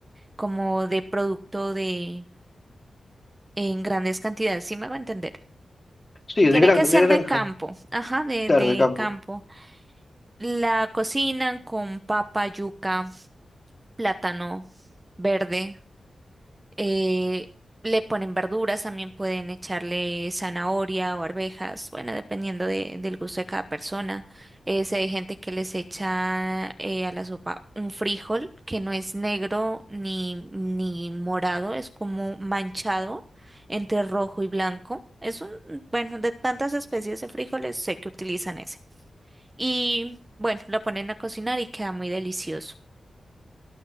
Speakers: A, on the right (about 25°); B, on the left (about 25°).
A: como de producto de en grandes cantidades, ¿sí me hago entender?
B: Sí, de
A: Tiene
B: gran,
A: que ser
B: de granja,
A: de campo, ajá, de,
B: claro,
A: de
B: de campo.
A: campo. La cocinan con papa, yuca, plátano verde. eh, le ponen verduras, también pueden echarle zanahoria o arvejas, bueno, dependiendo de- del gusto de cada persona. Eh, sé de gente que les echa eh, a la sopa un frijol que no es negro ni, ni morado, es como manchado entre rojo y blanco. Es un, bueno, de tantas especies de frijoles sé que utilizan ese. Y bueno, lo ponen a cocinar y queda muy delicioso.